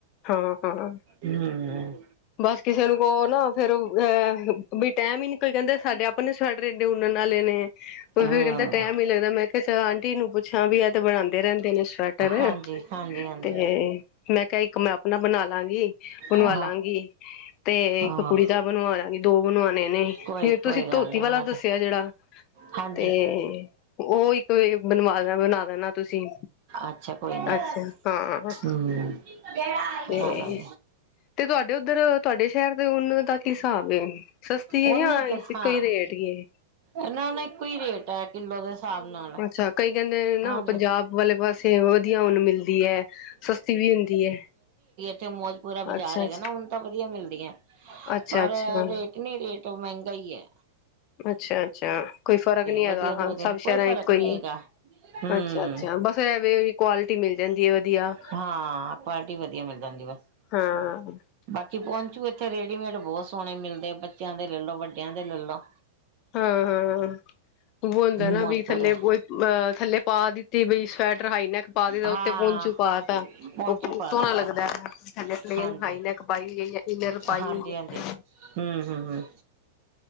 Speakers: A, on the left (about 25°); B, on the right (about 35°).
A: ਹਾਂ ਹਾਂ,
B: ਹਮ
A: ਬਸ ਕਿਸੇ ਨੂੰ ਕਹੋ ਨਾ ਫੇਰ ਓ ਐ ਬਈ ਟਾਈਮ ਹੀ ਨਿਕਲ ਜਾਂਦੈ, ਸਾਡੇ ਆਪਣੇ ਸਵੈਟਰ ਹੀ ਇਹਨੇ ਉਣਨ ਆਲੇ ਨੇ। ਉਹ
B: ਹਮ
A: ਫਿਰ ਕਹਿੰਦਾ ਟੈਮ ਨੀ ਲੱਗਦਾ ਮੈਂ ਕਿਹਾ ਚਲ ਆਂਟੀ ਨੂੰ ਪੁੱਛਾਂ ਵੀ ਆਹ ਤੇ ਬਣਾਦੇ ਰਹਿੰਦੇ ਨੇ ਸਵੈਟਰ,
B: ਹਾਂਜੀ ਹਾਂਜੀ ਹਾਂਜੀ
A: ਤੇ ਮੈਂ ਮੈਂ ਆਪਣਾ ਬਣਾ ਤ ਬਣਵਾਲਾਂਗੀ,
B: ਹਾਂ
A: ਤੇ
B: ਹਾਂ
A: ਇੱਕ ਕੁੜੀ ਦਾ ਬਣਵਾ ਲਾਂਗੀ, ਦੋ ਬਣਵਾਣੇ ਨੇ,
B: ਕੋਈ
A: ਤੇ ਤੁਸੀਂ
B: ਕੋਈ ਗੱਲ
A: ਧੋਤੀ
B: ਨੀ
A: ਵਾਲਾ
B: ਬਣਾ
A: ਦੱਸਿਆ ਜਿਹੜਾ,
B: ਹਾਂਜੀ
A: ਤੇ ਉਹ ਇੱਕ ਬਣਵਾ ਬਣਾ ਦੇਣਾ ਤੁਸੀਂ।
B: ਅੱਛਾ ਕੋਈ ਨੀ
A: ਅੱਛਾ, ਹਾਂ।
B: ਹਮ <unintelligible>
A: ਤੇ ਤੇ ਤੁਹਾਡੇ ਉੱਧਰ, ਤੁਹਾਡੇ ਸ਼ਹਿਰ ਦੇ ਉਣ ਤਾਂ ਹਿਸਾਬ ਏ? ਸਸਤੀ ਏ
B: ਉਹਨੇ
A: ਯਾਂ
B: ਤੇ
A: ਇੱਕੋ
B: ਹਾਂ
A: ਹੀ ਰੇਟ ਈ ਏ?
B: ਇਹਨਾਂ ਨਾ ਇੱਕੋ ਹੀ ਰੇਟ ਹੈ ਕਿੱਲੋ ਦੇ ਹਿ ਹਿਸਾਬ ਨਾਲ।
A: ਅੱਛਾ ਕਈ ਕਹਿੰਦੇ ਨੇ ਨਾ
B: ਹਾਂਜੀ
A: ਪੰਜਾਬ ਵਾਲੇ ਪਾਸੇ ਵਧੀਆ ਉਨ ਮਿਲਦੀ ਐ, ਸਸਤੀ ਵੀ ਹੁੰਦੀ ਐ।
B: ਐਥੇ ਮੌਜਪੁਰਾ ਬਾਜ਼ਾਰ
A: ਅੱਛਾ
B: ਹੈਗਾ
A: ਅੱਛਾ
B: ਨਾ ਉੱਨ ਤਾਂ ਵਧੀਆ ਮਿਲਦੀਆਂ,
A: ਅੱਛਾ
B: ਪਰ
A: ਅੱਛਾ।
B: ਰੇਟ ਨੀ ਰੇਟ ਤੋਂ ਮਹਿੰਗਾ ਹੀ ਐ।
A: ਅੱਛ -ਅੱਛਾ ਕੋਈ ਫ਼ਰਕ ਨੀ ਹੈਗਾ
B: ਵਧੀਆ ਤੋਂ
A: ਹਾਂ,
B: ਵਧੀਆ
A: ਸਭ
B: ਕੋਈ
A: ਸ਼ਹਿਰਾਂ
B: ਫ਼ਰਕ
A: ਇੱਕੋ
B: ਨਹੀਂ
A: ਹੀ ਏ।
B: ਹੈਗਾ ਹਮ
A: ਅੱਛਾ-ਅੱਛਾ ਬਸ ਇਹ ਵੇ ਕੁਆਲਿਟੀ ਮਿਲ ਜਾਂਦੀ ਏ ਵਧੀਆ,
B: ਹਾਂ ਕੁਆਲਿਟੀ ਵਧੀਆ ਮਿਲ ਜਾਂਦੀ ਬਸ
A: ਹਾਂ-ਹਾਂ।
B: ਬਾਕੀ ਪਹੁੰਚੂ ਇੱਥੇ ਰੇਡੀਮੇਡ ਬਹੁਤ ਸੋਹਣੇ ਮਿਲਦੇ ਆ ਬੱਚਿਆਂ ਦੇ ਲੈਲੋ ਵੱਡਿਆਂ ਦੇ ਲੈਲੋ
A: ਹਾਂ-ਹਾਂ, ਉਹ ਹੁੰਦਾ ਨਾ
B: ਮੌਜਪੁਰ
A: ਵੀ ਥੱਲੇ ਬੁ ਥੱਲੇ ਪਾ ਦਿੱਤੀ ਬਈ ਸਵੈਟਰ ਹਾਈਨੈਕ ਪਾ ਦਿੱਤਾ,
B: ਹਾਂ
A: ਉਤੇ ਪੌਂਚੁ ਪਾ ਤਾ
B: ਪਹੁੰਚੂ
A: ਉਹ
B: ਪਾ
A: ਸੋਹਣਾ
B: ਦਿੱਤਾ
A: ਲੱਗਦਾ। ਥੱਲੇ ਪਲੇਨ
B: ਹਾਂਜੀ,
A: ਹਾਈਨੈਕ ਪਾਈ ਹੋਈ ਹੈ ਜਾਂ ਇਨਰ ਪਾਈ
B: ਹਾਂਜੀ,
A: ਹੋਈ ਹੈ
B: ਹਾਂਜੀ ਹੂੰ, ਹੂੰ, ਹੂੰ